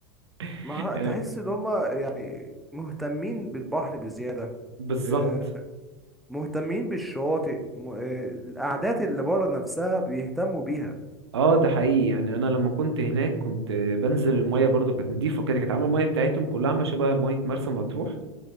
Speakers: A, on the right (about 75°); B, in the centre.
A: <laughs>
B: ما هر- تحس ان هم يعني مهتمين بالبحر بزياده
A: بالظبط
B: آه، مهتمين بالشواطئ م- آه، القعدات اللي بره نفسها بيهتموا بيها
A: اه ده حقيقي يعني انا لما كنت هناك كنت بنزل المية برضو كانت نضيفة كده كانت عاملة المية بتاعتهم كلها عاملة شبه مية مرسى مطروح